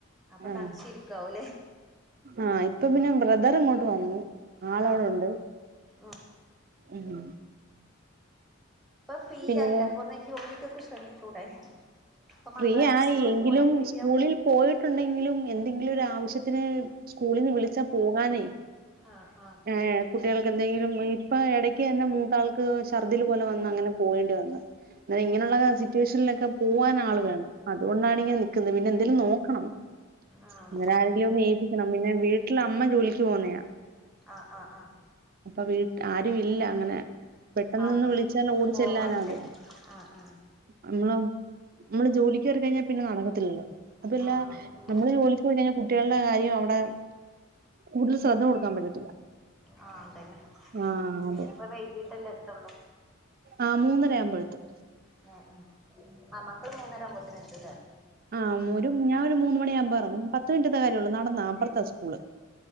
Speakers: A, in the centre; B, on the right.
A: അപ്പൊ
B: ആഹ്
A: തനിച്ചിരിക്ക്വാവുംല്ലേ
B: ആഹ് ഇപ്പൊ പിന്നെ ബ്രദർ ഇങ്ങോട്ട് വന്നു ആളോവിടെണ്ട്
A: ആ ഉം
B: ഉം
A: ഇപ്പൊ ഫ്രീ
B: പിന്നെ
A: ആയില്ലേ
B: വേ
A: അപ്പൊന്ന് ജോലിക്കൊക്കെ ശ്രമിച്ചൂടെ ഇപ്പൊ
B: ഫ്രീ
A: മക്കളൊക്കെ
B: ആയി
A: സ്കൂൾ
B: എങ്കിലും
A: പോയി ഫ്രീ
B: സ്കൂളിൽ-
A: ആവും
B: പോയിട്ടുണ്ടെങ്കിലും എന്തെങ്കിലും ഒരു ആവശ്യത്തിന് സ്കൂളീന്ന് വിളിച്ചാൽ പോകാനേ-
A: ആഹ് ആഹ്
B: ഏ കുട്ടികൾക്കെന്തെങ്കിലും ഇപ്പ എടയ്ക്ക് തന്നെ മൂത്താൾക്ക് ഛർദ്ദില് പോലെ വന്ന് അങ്ങനെ പോകേണ്ടി വന്നു ഇന്നാ ഇങ്ങനെയുള്ള
A: ആ
B: സിറ്റുവേഷനിലൊക്കെ പോകൻ ആള് വേണം അതുകൊണ്ടാണിങ്ങനെ നിൽക്കുന്നത് പിന്നെ എന്തേലും നോക്കണം
A: ആ
B: അന്നെരം ആരെങ്കിലും ഒന്ന് ഏൽപ്പിക്കണം പിന്നെ വീട്ടിലമ്മ ജോലിക്ക് പോകുന്നയാ
A: ആഹ് ആഹ് ആഹ്
B: അപ്പൊ വീട്ട ആരും ഇല്ല അങ്ങനെ പെട്ടെന്നൊന്ന്
A: ആക്കി
B: വിളിച്ചാല് ഓടി
A: പോവാനില്ലേ
B: ചെല്ലാനാളില്ല
A: ആഹ് ആഹ്
B: നമ്മള് നമ്മള് ജോലിക്ക് കേറി കഴിഞ്ഞാ പിന്നെ നടക്കത്തില്ലല്ലോത് അതല്ല-
A: ആഹ്
B: നമ്മള് ജോലിക്ക് പോയി കഴിഞ്ഞാൽ കുട്ടികളുടെ കാര്യം അവിടെ കൂടുതൽ ശ്രദ്ധ കൊടുക്കാൻ പറ്റത്തില്ല
A: ആഹ് ഉണ്ടല്ലേ
B: ആ
A: പിന്നെപ്പോ
B: അതെ
A: വൈകിട്ടല്ലേ എത്തൊള്ളൂ
B: ആഹ് മൂന്നര ആവുമ്പോഴെത്തും
A: ഉം ഉം ആഹ് മക്കള് മൂന്നരാമ്പൊത്തേനെത്തൂല്ലെ
B: ആഹ് ഒരു ഞാനൊര് മൂന്ന് മണിയാകുമ്പോയെറങ്ങും പത്ത് മിനിറ്റത്തെ കാര്യേള്ളൂ നടന്നാ അപ്പുറത്താ സ്കൂള്-